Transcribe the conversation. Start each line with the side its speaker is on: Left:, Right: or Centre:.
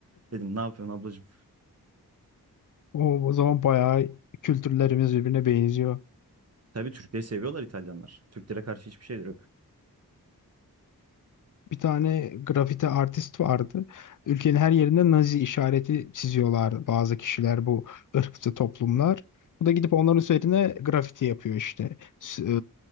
Right: Dedim ne yapıyorsun ablacığım?
Left: O, o zaman bayağı kültürlerimiz birbirine benziyor.
Right: Tabii Türkleri seviyorlar İtalyanlar. Türklere karşı hiçbir şeyleri yok.
Left: Bir tane grafiti artist vardı. Ülkenin her yerinde Nazi işareti çiziyorlar bazı kişiler bu ırkçı toplumlar. Bu da gidip onların üzerine grafiti yapıyor işte. S- e,